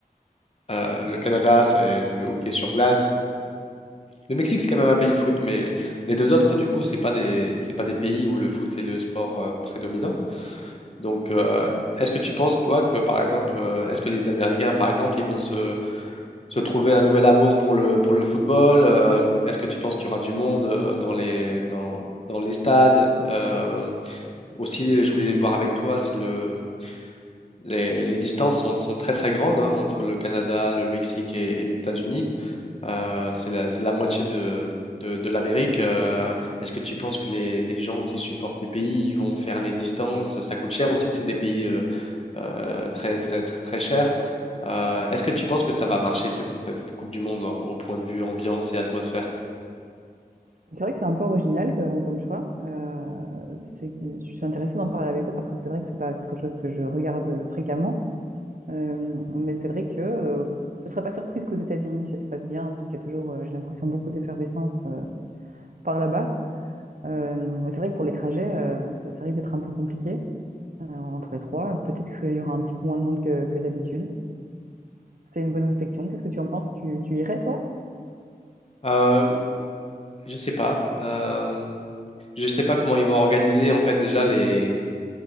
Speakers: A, on the left (about 40°); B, on the right (about 60°).
A: Euh, le Canada, c'est le hockey sur glace. Le Mexique, c'est quand même un pays de foot, mais les deux autres, du coup, c'est pas des, c'est pas des pays où le foot est le sport euh, prédominant. Donc, euh, est-ce que tu penses, toi, que par exemple, euh, est-ce que les Américains, par exemple, ils vont se, se trouver un nouvel amour pour le, pour le football? Euh, est-ce que tu penses qu'il y aura du monde euh, dans les, dans, dans les stades? Euh, aussi, je voulais voir avec toi, c'est le, Les, les distances sont, sont très très grandes hein, entre le Canada, le Mexique et, et les États-Unis. Euh, c'est la, c'est la moitié de, de, de l'Amérique. Euh, est-ce que tu penses que les, les gens qui supportent les pays ils vont faire les distances? Ça coûte cher aussi, c'est des pays euh, euh, très très très très chers. Euh, est-ce que tu penses que ça va marcher cette, cette- cette Coupe du Monde hein, au point de vue ambiance et atmosphère?
B: C'est vrai que c'est un peu original que- comme choix. Euh, c'est, je suis intéressée d'en parler avec toi parce que c'est vrai que c'est pas quelque chose que je regarde fréquemment. Euh, mais c'est vrai que euh, je ne serais pas surprise qu'aux États-Unis ça se passe bien, hein, puisqu'il y a toujours, euh, j'ai l'impression, beaucoup d'effervescence euh, par là-bas. Euh, mais c'est vrai que pour les trajets, euh, ça, ça risque d'être un peu compliqué euh, entre les trois. Peut-être qu'il y aura un petit peu moins de monde que, que d'habitude. C'est une bonne réflexion. Qu'est-ce que tu en penses? Tu, tu irais, toi?
A: Euh, je sais pas. Euh, je sais pas comment ils vont organiser en fait déjà les